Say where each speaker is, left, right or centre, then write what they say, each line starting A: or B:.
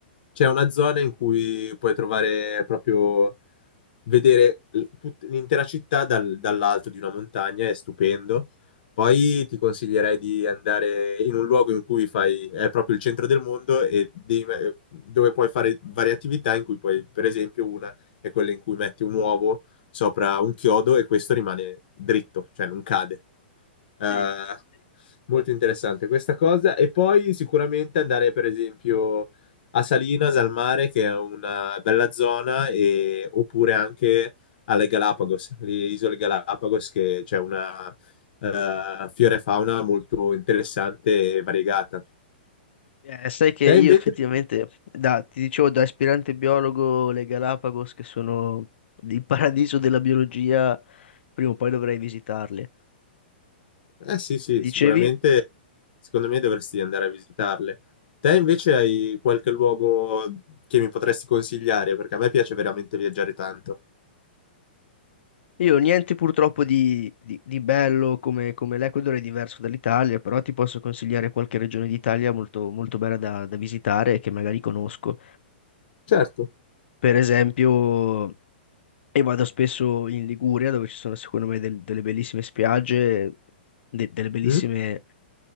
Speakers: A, on the left (about 60°); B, on the left (about 80°).
A: c'è una zona in cui puoi trovare proprio, vedere l- tut- l'intera città dal- dall'alto di una montagna, è stupendo. Poi ti consiglierei di andare in un luogo in cui fai, è proprio il centro del mondo e devi me- dove puoi fare varie attività in cui puoi, per esempio, una è quella in cui metti un uovo sopra un chiodo e questo rimane dritto, cioè non cade. Eh,
B: Sì.
A: molto interessante questa cosa. E poi sicuramente andare, per esempio, a Salinas, al mare, che è una bella zona, e- oppure anche alle Galapagos, le isole Galapagos, che c'è una eh, fiore fauna molto interessante e variegata.
B: Eh, sai che
A: Te
B: io
A: invece?
B: effettivamente, da, ti dicevo, da aspirante biologo, le Galapagos, che sono il paradiso della biologia, prima o poi dovrei visitarle.
A: Eh sì, sì,
B: Mi Dicevi,
A: sicuramente secondo me dovresti andare a visitarle. Te invece hai qualche luogo che mi potresti consigliare? Perché a me piace veramente viaggiare tanto.
B: io niente purtroppo di, di- di bello come, come l'Ecuador è diverso dall'Italia, però ti posso consigliare qualche regione d'Italia molto, molto bella da, da visitare e che magari conosco.
A: Certo.
B: Per esempio, e vado spesso in Liguria, dove ci sono secondo me del- delle bellissime spiagge, de- delle bellissime
A: Mm?